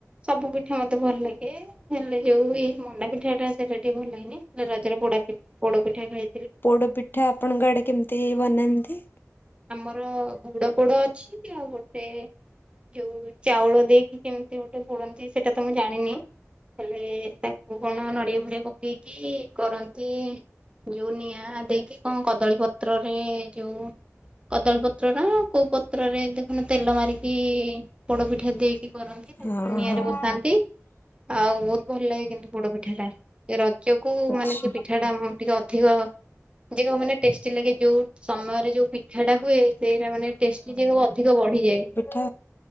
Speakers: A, on the right (about 20°); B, on the left (about 40°).
A: ସବୁ ପିଠା ମୋତେ ଭଲ ଲାଗେ। ହେଲେ ଯୋଉ ଏଇ ମଣ୍ଡା ପିଠା ଟା ସେଟା ଟିକେ ଭଲ ଲାଗେନି। ହେଲେ ରଜରେ ପୋଡପି ପୋଡ ପିଠା ଖାଇ
B: ପୋଡ ପିଠା ଆପଣଙ୍କ ଆଡେ କେମିତି ବନାନ୍ତି?
A: ଆମର ଗୁଡ ପୋଡ ଅଛି ଆଉ ଗୋଟେ ଯୋଉ ଚାଉଳ ଦେଇକି କେମିତି ଗୋଟେ ପୋଡନ୍ତି ସେଟା ତ ମୁଁ ଜାଣିନି ହେଲେ ତାକୁ କଣ ନଡିଆ ଫଡିଆ ପକେଇକି କରନ୍ତି। ଯୋଉ ନିଆଁ ଦେଇକି କଣ କଦଳୀ ପତ୍ରରେ ଯୋଉ କଦଳୀ ପତ୍ର ନା କୋଉ ପତ୍ରରେ ଦେଖୁନୁ ତେଲ ମାରିକି ପୋଡ ପିଠା ଦେଇକି କରନ୍ତି ତାକୁ
B: ହଁ
A: ନିଆଁରେ
B: ହଁ
A: ବସାନ୍ତି। ଆଉ ବହୁତ ଭଲ ଲାଗେ କିନ୍ତୁ ପୋଡ ପିଠା ଟା। ଏ ରଜକୁ
B: ଆଚ୍ଛା।
A: ମାନେ ସେ ପିଠା ଟା ଉଁ, ଟିକେ ଅଧିକ ଯେ ଯୋଉ ମାନେ ଟେଷ୍ଟି ଲାଗେ ଯୋଉ ସମୟରେ ଯୋଉ ପିଠା ଟା ହୁଏ ସେଇଟା ମାନେ ଟେଷ୍ଟି ଯେ <unintelligible> ଅଧିକ ବଢିଯାଏ।
B: ଥ